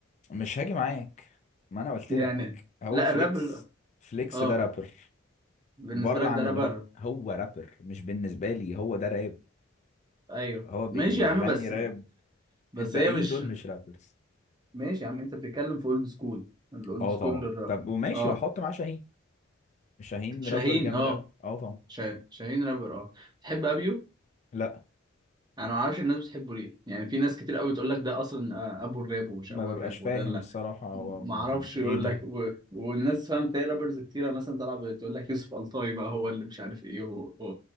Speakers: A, on the left; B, on the right.
A: مش هاجي معاك ما انا قلت
B: يعني
A: لك هو
B: لا
A: فليكس
B: الراب ال-
A: فليكس
B: اه
A: ده رابر
B: بالنسبة
A: بره
B: لك
A: عن
B: ده راب
A: اللي
B: راب.
A: هو هو رابر مش بالنسبه لي هو ده راب
B: ايوه
A: هو بي
B: ماشي
A: بيغني
B: يا عم بس
A: راب
B: بس
A: الباقيين
B: هي مش
A: دول مش رابرز
B: ماشي يا عم انت بتتكلم في اولد سكول الاولد
A: اه
B: سكول
A: طبعا
B: للراب
A: طب وماشي
B: اه
A: واحط معاه شاهين شاهين
B: شاهين
A: رابر جامد
B: اه
A: قوي اه طبعا
B: شا... شاهين رابر اه تحب ابيو
A: لا
B: انا ما اعرفش الناس بتحبه ليه يعني في ناس كتير قوي تقول لك ده اصلا آه، ابو الراب ومش
A: ما
B: ابو
A: ببقاش
B: الراب
A: فاهم
B: ودلع
A: الصراحه هو
B: ما
A: ب-
B: اعرفش
A: ب- ايه
B: يقول
A: ده
B: لك و... والناس فاهم تلاقي رابرز كتيره مثلا طالعه بتقول لك يوسف ألطاي بقى هو اللي مش عارف ايه و... و...